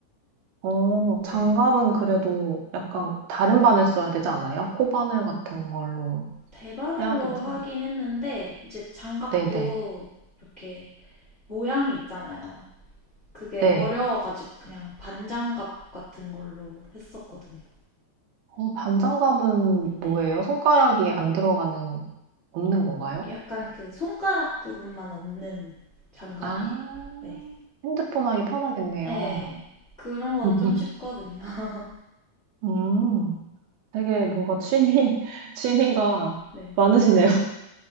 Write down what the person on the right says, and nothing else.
어,
장갑은 그래도 약간 다른 바늘 써야 되지 않아요? 코바늘 같은 걸로
해야 되지.
네네.
네.
어, 반장갑은 뭐예요?
손가락이 안 들어가는, 없는 건가요?
아,
핸드폰 하기 편하겠네요.
<laughs>
음, 되게 뭔가 취미, <laughs> 취미가
많으시네요.